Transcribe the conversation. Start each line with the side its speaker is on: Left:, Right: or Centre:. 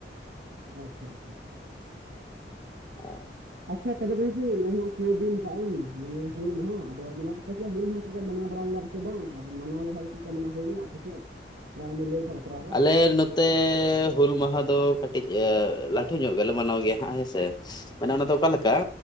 Right: ᱟᱪᱪᱷᱟ ᱟᱪᱪᱷᱟ᱾
Left: ᱟᱜ
Right: ᱟᱪᱪᱷᱟ ᱛᱚᱵᱮ ᱜᱚᱝᱠᱮ ᱱᱚᱜᱼᱦᱟᱸᱜ ᱥᱩᱨ ᱫᱤᱱ ᱴᱟᱜ ᱭᱤᱢ ᱢᱟᱱᱮ ᱦᱩᱞ ᱢᱟᱦᱟ ᱟᱫᱚ ᱢᱟᱱᱮ ᱟᱵᱮ ᱱᱟᱜ ᱠᱟᱛᱷᱟ ᱟᱫᱚ ᱦᱩᱞ ᱢᱟᱦᱟ ᱪᱮᱫ ᱢᱟᱱᱟᱣ ᱵᱟᱲᱟ ᱞᱮᱫᱟ ᱥᱮ ᱵᱟᱝ ᱟᱫᱚ ᱢᱟᱱᱟᱣ ᱞᱮᱠᱷᱟᱡ ᱫᱚ ᱪᱮᱫ ᱠᱟ ᱢᱟᱱᱟᱣ ᱦᱩᱭ ᱞᱮᱱᱟ ᱟᱯᱮ ᱥᱮᱜ? ᱛᱟᱨᱟ ᱢᱟᱱᱮ ᱞᱟᱹᱭ ᱞᱮᱠᱷᱟᱡ ᱵᱟᱛᱨᱟᱣ
Left: ᱟᱞᱮ ᱱᱚᱛ ᱛᱮᱻ ᱦᱩᱞ ᱢᱟᱦᱟ ᱫᱚ ᱠᱟᱹᱴᱤᱡ ᱮᱻ ᱞᱟᱹᱴᱷᱩ ᱧᱚᱜ ᱜᱮᱞᱮ ᱢᱟᱱᱟᱣ ᱜᱮᱭᱟ ᱦᱟᱸᱜ ᱦᱮᱸᱥᱮ? ᱢᱟᱱᱮ ᱚᱱᱟ ᱫᱚ ᱚᱠᱟ ᱞᱮᱠᱟ,